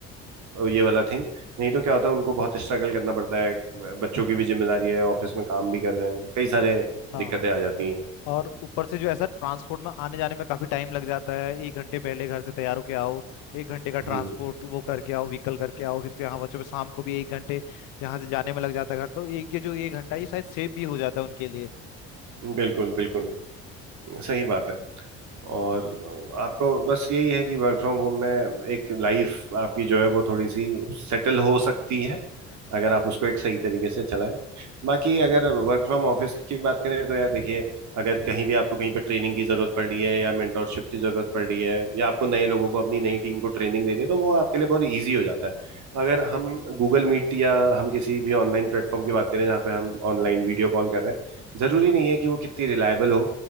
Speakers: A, on the right; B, on the left.
A: ये वाला थिंग नहीं तो क्या होता है उनको बहुत स्ट्रगल करना पड़ता है ब- बच्चों की भी जिम्मेदारी है ऑफिस में काम भी कर रहे हैं कई सारे
B: हाँ
A: दिक्कतें आ जाती हैं
B: और ऊपर से जो ऐसा ट्रांसपोर्ट में आने जाने में काफी टाइम लग जाता है एक घंटे पहले घर से तैयार होके आओ एक घंटे का ट्रांसपोर्ट
A: हम्म
B: वो करके आओ व्हीकल करके आओ फिर से यहाँ बच्चों पे शाम को भी एक घंटे यहाँ से जाने में लग जाता है घर तो एक ये जो एक घंटा ये शायद सेव भी हो जाता है उनके लिए
A: बिल्कुल बिल्कुल सही बात है और आपको बस यही है कि वर्क फ्रॉम होम में एक लाइफ आपकी जो है वो थोड़ी सी सेटल हो सकती है अगर आप उसको एक सही तरीके से चलाएं बाकी अगर वर्क फ्रॉम ऑफिस की बात करें तो यार देखिए अगर कहीं भी आपको कहीं पे ट्रेनिंग की जरूरत पड़ रही है या मेंटोरशिप की जरूरत पड़ रही है या आपको नए लोगों को अपनी नई टीम को ट्रेनिंग देनी है तो वो आपके लिए बहुत ईजी हो जाता है अगर हम गूगल मीट या हम किसी भी ऑनलाइन प्लेटफॉर्म की बात करें जहाँ पे हम ऑनलाइन वीडियो कॉल कर रहे हैं जरूरी नहीं है कि वो कितनी रिलायबल हो